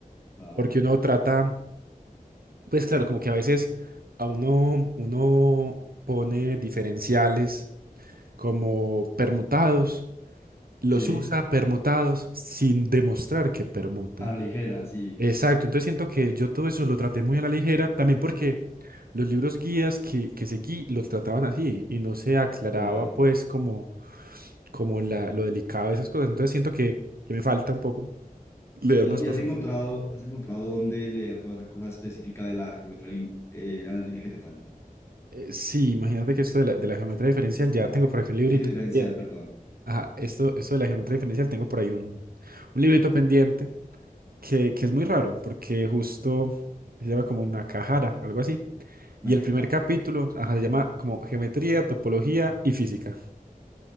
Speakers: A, on the left; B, on the right.
A: Vale.
B: porque uno trata, pues claro, como que a veces a uno, uno pone diferenciales como permutados los
A: Sí,
B: usa permutados sin demostrar que permutan.
A: a la ligera, sí,
B: Exacto, entonces siento que yo todo eso lo traté muy a la ligera, también porque los libros guías que, que seguí los trataban así y no se aclaraba
A: ya.
B: pues como, como la, lo delicado de esas cosas, entonces siento que, que me falta un poco leer
A: ¿Y,
B: más
A: ha- y
B: profundidad.
A: has encontrado, has encontrado dónde leer todas las cosas específicas de la geometría lin- eh, analítica que te falta?
B: Eh, sí, imagínate que esto de la, de la geometría diferencial, ya tengo por aquí un librito
A: Y diferencial,
B: pendiente.
A: perdón.
B: Ajá, esto, esto de la geometría diferencial, tengo por ahí un, un librito pendiente que, que es muy raro, porque justo se llama como Nakahara, algo así.
A: Nakahara,
B: Y el primer capítulo,
A: ok.
B: ajá, se llama como Geometría, Topología y Física.